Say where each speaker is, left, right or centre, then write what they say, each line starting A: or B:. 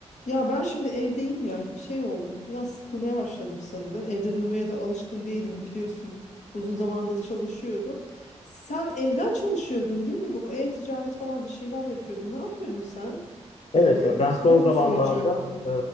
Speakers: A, on the left; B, on the left.
A: Ya ben şimdi evdeyim ya şey oldum biraz sıkılmaya başladım sanırım. Evde durmaya da alışkın değilim biliyorsun. Uzun zamandır çalışıyordum. Sen evden çalışıyordun değil mi? Bu e-ticaret falan bir şeyler yapıyordun. Ne yapıyordun sen
B: Evet,
A: Bilge?
B: e, ben
A: Sana
B: son
A: onu
B: zamanlarda
A: soracaktım.
B: e,